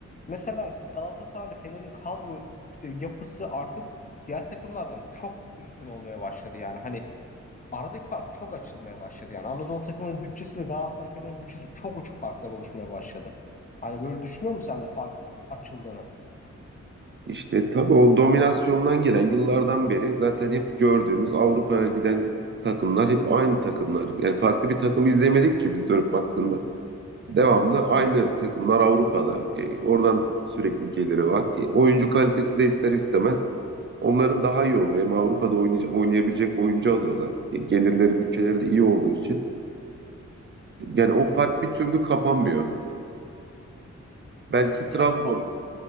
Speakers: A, on the left; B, on the right.
A: Mesela Galatasaray'la Fener'in kadro işte yapısı artık diğer takımlardan çok üstün olmaya başladı yani. Hani aradaki fark çok açılmaya başladı yani. Anadolu takımının bütçesiyle Galatasaray Fener'in bütçesi çok uçuk farklar oluşmaya başladı. Hani böyle düşünüyor musun sen de farkın açıldığını?
B: İşte tabii o dominasyondan gelen yıllardan beri zaten hep gördüğümüz Avrupa'ya giden takımlar hep aynı takımlar. Yani farklı bir takım izlemedik ki biz dönüp baktığında. Devamlı aynı takımlar Avrupa'da. E, oradan sürekli geliri var. E, oyuncu kalitesi de ister istemez onların daha iyi oluyor. Hem Avrupa'da oynay- oynayabilecek oyuncu alıyorlar. E, gelirleri, bütçeleri de iyi olduğu için. Yani o fark bir türlü kapanmıyor. Belki Trabzon
A: Ya fark.